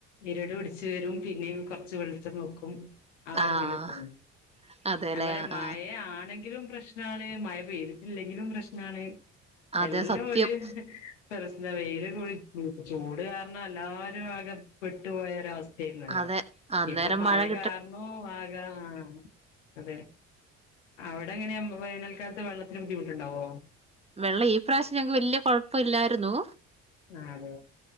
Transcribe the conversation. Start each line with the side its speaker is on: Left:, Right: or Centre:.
Left: ഇര്ട്പിട്ച്ച് രും പിന്നെയു കൊർച്ച് വെളിച്ചം വെക്കും ആരുതില്
Right: ആഹ്
Left: പോന്ന്
Right: അതെല്ലേ
Left: അവരെ മഴ
Right: ആഹ്
Left: ആണെങ്കിലും പ്രശ്നാണ് മഴ പെയ്തിട്ടില്ലെങ്കിലും പ്രശ്നാണ്
Right: അതെ
Left: എല്ലൊഒര്
Right: സത്യം
Left: പ്രശ്ന വെയില് കൂടിചൂട് കാരണം എല്ലാരും ആകെ പെട്ട്പോയൊരവസ്ഥ രുന്നല്ലോ
Right: അതെ അന്നേരം
Left: ഇപ്പൊ മയ
Right: മഴ കിട്ട
Left: കാർണോ ആകാം അതെ അവ്ടെങ്ങനെയ വേനാൽക്കാലത്ത് വെള്ളത്തിന് ബുദ്ധിമുട്ട്ണ്ടാവോ
Right: വെള്ളഈ പ്രാശ്യം ഞങ്ങക്ക് വല്യ കൊഴ്പല്ല്യായിരുന്നു
Left: ആ അതെ